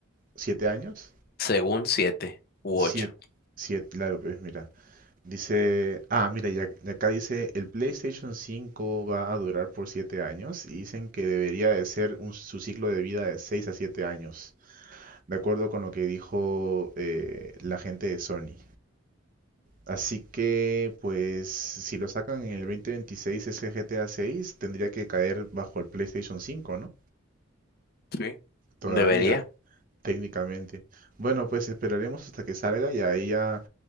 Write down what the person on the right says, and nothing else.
¿Siete años?
Siete.
Siete, claro, pues mira. Dice, ah, mira, y ac- y acá dice, el PlayStation 5 va a durar por 7 años y dicen que debería de ser un- su ciclo de vida de 6 a 7 años, de acuerdo con lo que dijo eh, la gente de Sony. Así que, pues, si lo sacan en el 2026 ese GTA 6, tendría que caer bajo el PlayStation 5, ¿no?
Todavía,
técnicamente. Bueno, pues esperaremos hasta que salga y ahí ya